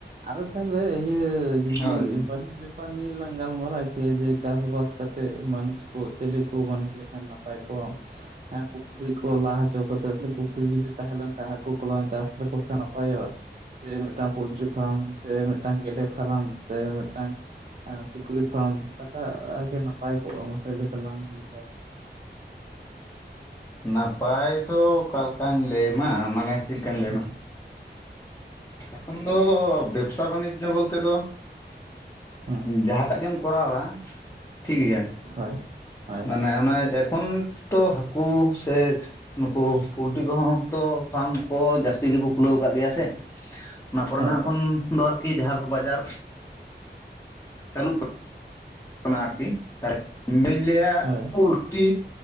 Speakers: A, on the right (about 40°); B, on the left (about 15°).
A: ᱟᱫᱚ ᱛᱟᱦᱞᱮ ᱤᱭᱟᱹ ᱡᱩᱫᱤ
B: ᱦᱳᱭ
A: ᱵᱟᱹᱱᱤᱡ ᱵᱮᱯ ᱯᱟ ᱱᱤᱭᱟᱹ ᱞᱟᱝ ᱜᱟᱞᱢᱟᱨᱟᱣ ᱠᱮᱭᱟ ᱡᱮ ᱪᱟᱥᱵᱟᱥ ᱠᱟᱛᱮᱜ ᱵᱟᱹᱱᱤᱡ ᱠᱚ ᱪᱤᱞᱤ ᱠᱚ ᱵᱟᱹᱱᱤᱡᱽ ᱞᱮᱠᱷᱟᱱ ᱱᱟᱯᱟᱭ ᱠᱚᱜᱼᱟ᱾ ᱯᱩᱠᱷᱨᱤ ᱠᱚ ᱞᱟ ᱦᱚᱪᱚ ᱠᱟᱛᱮᱜ ᱥᱮ ᱯᱩᱠᱷᱨᱤ ᱡᱩᱫᱤ ᱛᱟᱦᱮᱸᱞᱮᱱ ᱠᱷᱟᱱ ᱦᱟᱠᱩ ᱠᱚᱞᱟᱝ ᱪᱟᱥ ᱞᱮᱠᱚ ᱠᱷᱟᱱ? ᱱᱟᱯᱟᱭᱚᱜ-ᱟ ᱥᱮ ᱢᱤᱫᱴᱟᱝ ᱯᱳᱞᱴᱨᱤ ᱯᱷᱟᱨᱢ ᱥᱮ ᱢᱤᱫᱴᱟᱝ ᱜᱮᱰᱮ ᱯᱷᱟᱨᱢ ᱥᱮ ᱢᱤᱫᱴᱟᱝ ᱥᱩᱠᱨᱤ ᱯᱷᱟᱨᱟᱢ ᱚᱠᱟᱴᱟᱜ ᱜᱮ ᱱᱟᱯᱟᱭ ᱠᱚᱜᱼᱟ ᱢᱟᱥᱮ ᱛᱟᱞᱟᱝ ᱢᱮ <inaudible>
B: ᱱᱟᱯᱟᱭ ᱫᱚ ᱚᱠᱟᱞᱮᱠᱟᱧ ᱞᱟᱹᱭᱢᱟ ᱢᱟᱱᱮ ᱪᱮᱫ ᱞᱮᱠᱟᱧ ᱞᱟᱹᱭᱟᱢᱟ?
A: ᱦᱮᱸ
B: ᱮᱠᱷᱚᱱ ᱫᱚ ᱵᱮᱵᱽᱥᱟ ᱵᱟᱱᱤᱡᱚ ᱵᱚᱞᱛᱮ ᱫᱚ᱾
A: ᱦᱮᱸ
B: ᱡᱟᱦᱟᱸᱴᱟᱜ ᱜᱮᱢ ᱠᱚᱨᱟᱣᱟ ᱴᱷᱤᱠ ᱜᱮᱭᱟ
A: ᱦᱳᱭ ᱦᱳᱭ
B: ᱢᱟᱱᱮ, ᱚᱱᱟ ᱮᱠᱷᱚᱱ ᱛᱚ ᱦᱟᱹᱠᱩ ᱥᱮ, ᱱᱩᱠᱩ ᱯᱚᱞᱴᱤᱨᱤ ᱠᱚᱦᱚᱸ ᱛᱚ ᱯᱷᱟᱨᱢ ᱠᱚ ᱡᱟᱹᱟᱥᱛᱤ ᱜᱮᱠᱚ ᱠᱷᱩᱞᱟᱹᱣ ᱠᱟᱫ ᱜᱮᱭᱟ ᱥᱮ? ᱚᱱᱟ ᱠᱚᱨᱮᱱᱟᱜ
A: ᱦᱳᱭ
B: ᱠᱷᱚᱱ ᱫᱚ ᱟᱨᱠᱤ ᱡᱟᱦᱟᱸᱠᱚ ᱵᱟᱡᱟᱨ ᱪᱟᱹᱞᱩᱜ ᱠᱟᱱᱟ? ᱠᱟᱱᱟ ᱟᱨᱠᱤ ᱛᱟᱦᱚᱞᱮ ᱤᱧᱫᱩᱧ ᱞᱟᱹᱭᱟ
A: ᱦᱳᱭ ᱦᱳᱭ
B: ᱯᱳᱞᱴᱤ,